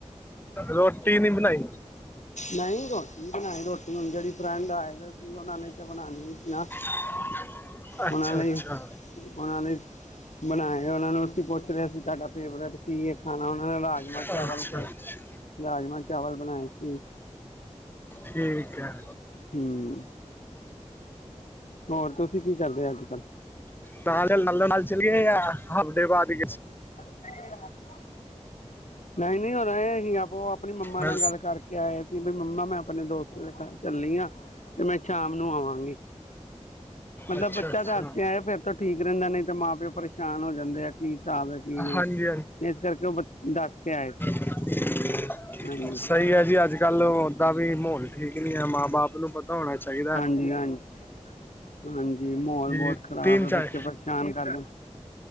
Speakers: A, on the left (about 15°); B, on the left (about 80°).
A: ਰੋਟੀ ਨੀ ਬਣਾਈ।
B: ਨਈ ਰੋਟੀ ਬਣਾਈ ਰੋਟੀ ਹੁਣ ਜੇੜੀ ਫਰੈਂਡ ਆਏ ਦੇ ਸੀ ਉਨਾ ਲਈ ਤੇ ਬਣਾਣੀ ਈ ਸੀ ਨਾ।
A: <inaudible> ਅੱਛਾ
B: ਉਨਾਂ ਲਈ
A: ਅੱਛਾ
B: ਉਨਾਂ ਲਈ ਬਣਾਏ ਉਨਾਂ ਨੂੰ ਅਸੀਂ ਪੁੱਛ ਲਿਆ ਸੀ ਤੁਹਾਡਾ ਫੇਵਰੇਟ ਕੀ ਏ ਖਾਣਾ ਉਨਾਂ ਨੇ ਰਾਜਮਾਂ
A: ਅੱਛਾ
B: ਚਾਵਲ ਕਹੇ,
A: ਅੱਛਾ
B: ਰਾਜਮਾਹ ਚਾਵਲ ਬਣਾਏ ਸੀ।
A: ਠੀਕ ਹੈ।
B: ਹਮ। ਹੋਰ, ਤੁਸੀਂ ਕੀ ਕਰਦੇ ਅੱਜ ਕੱਲ੍ਹ?
A: ਤਾਂ ਨ ਨਾਲ ਚੱਲੀਏ ਯਾਰ, ਹਫਤੇ ਬਾਅਦ ਹੀ
B: <inaudible> ਨਹੀਂ ਨਹੀਂ, ਹੋ ਰਿਹਾ। ਆਪ, ਉਹ ਆਪਣੀ ਮੰਮਾ
A: ਮੈਂ
B: ਨਾਲ ਗੱਲ ਕਰਕੇ ਆਏ ਸੀ। ਬਈ ਮੰਮਾ, ਮੈਂ ਆਪਣੇ ਦੋਸਤ ਦੇ ਘਰ ਚੱਲੀ ਹ। ਤੇ ਮੈਂ ਸ਼ਾਮ ਨੂੰ ਆਵਾਂਗੀ। ਮਤਲਬ
A: ਅੱਛਾ,
B: ਬੱਚਾ
A: ਅੱਛਾ।
B: ਦੱਸ ਫਿਰ ਤੋਂ ਠੀਕ ਰਹਿੰਦਾ, ਨਹੀਂ ਤੇ ਮਾਂ ਪਿਓ ਪਰੇਸ਼ਾਨ ਹੋ ਜਾਂਦੇ ਆ, ਕੀ ਹਿਸਾਬ ਹੈ ਕੀ ਨਹੀਂ,
A: ਹਾਂਜੀ
B: ਇਸ ਕਰਕੇ ਉਹ ਦੱਸ ਕੇ ਆਏ ਸੀ।
A: ਹ-
B: ਹਾਂਜੀ
A: ਸਹੀ ਹੈ ਜੀ, ਅੱਜ ਕੱਲ ਓਦਾਂ ਵੀ ਮਾਹੌਲ ਠੀਕ ਨੀ ਹੈ। ਮਾਂ ਬਾਪ ਨੂੰ ਪਤਾ ਹੋਣਾ ਚਾਹੀਦਾ।
B: ਹ ਹਾਂਜੀ-ਹਾਂਜੀ, ਮਾਹਲ
A: ਜੀ
B: ਬਹੁਤ ਖ਼ਰਾਬ
A: ਤਿੰਨ
B: ਹੈ।
A: ਚਾਰ
B: ਬੱਚੇ ਪਰੇਸ਼ਾਨ ਕਰ ਲਣ